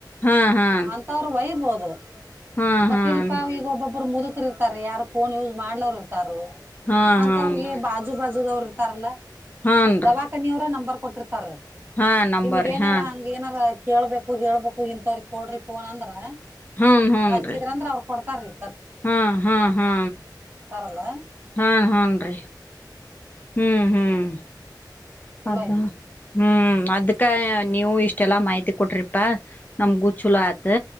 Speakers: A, on the left; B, on the right.
A: ಹಾ ಹಾ
B: ಅಂತವ್ರು ಒಯ್ಬೊದು. ಹ
A: ಹಾ
B: <inaudible> <unintelligible> ಮತ್ತೆ
A: ಹಾ
B: ಇಲ್ಲಿ ಪಾ ಈಗ ಒಬ್ಬೊಬ್ರು ಮುದುಕ್. ಇರ್ತಾರ್ ರೀ ಯಾರು ಫೋನ್ ಯೂಸ್ ಮಾಡ್ಲೋರ್ ಇರ್ತಾರು
A: ಹಾ
B: ಅಂತವ್ರಿಗೆ
A: ಹಾನ್ರಿ
B: ಬಾಜು ಬಾಜು <unintelligible> ಇರ್ತಾರಲ್ಲಾ
A: ಹಾನ್ರಿ
B: ದವಾಖಾನಿ ಅವ್ರೆ ನಂಬರ್ ಕೊಟ್ಟಿರ್. ತ್ತರ್
A: ಹಾ ನಂಬರ್
B: ನಿಮಗ್ ಏನಾರ
A: ಹಾ
B: ಹಂಗ್ ಏನಾರ ಕೇಳ್ಬೇಕು ಹೇಳ್ಬೇಕು ಎಂತಥವ ಕೊಡ್ರಿ ಫೋನ್ ಅಂದ್ರ
A: ಹೂನ್
B: ನೀ
A: ಹೂನ್ರಿ
B: ಹಚ್ಚಿದ್ರ ಅಂದ್ರ ಅವ್ರ ಕೊಡ್ತಾರೀ
A: ಹಾ ಹಾ ಹಾ
B: ಅಲ
A: ಹಾ ಹನ್ ರೀ ಹ್ಮ್ ಹ್ಮ್
B: ಚಲೋ
A: ಅದ
B: ಐತಿ
A: ಹ್ಮ್ ಅದಕ್ಕೆ ನೀವು ಇಷ್ಟೆಲ್ಲ ಮಾಹಿತಿ ಕೊಟ್ಟ್ರರಿ ನಮ್ಗೂ ಚಲ ಆಯತ್